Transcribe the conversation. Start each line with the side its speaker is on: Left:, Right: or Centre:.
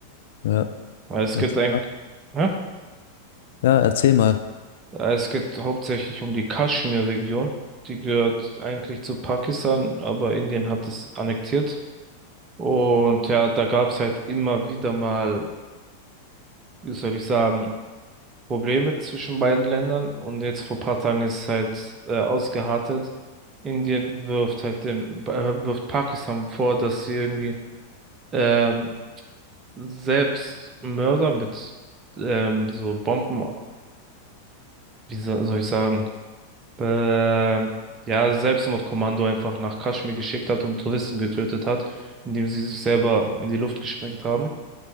Left: Ja,
Right: Weil es
Left: erzähl
Right: geht ein,
Left: mal.
Right: ja?
Left: Ja, erzähl mal.
Right: Es geht hauptsächlich um die Kaschmir-Region. Die gehört eigentlich zu Pakistan, aber Indien hat es annektiert. Und ja, da gab es halt immer wieder mal, wie soll ich sagen, Probleme zwischen beiden Ländern und jetzt vor paar Tagen ist halt äh, ausgeartet. Indien wirft halt den, äh, wirft Pakistan vor, dass sie irgendwie ähm, selbst Mörder mit ähm, so Bomben, wie so- soll ich sagen, ähm, ja, Selbstmordkommando einfach nach Kaschmir geschickt hat und Touristen getötet hat, indem sie sich selber in die Luft gesprengt haben.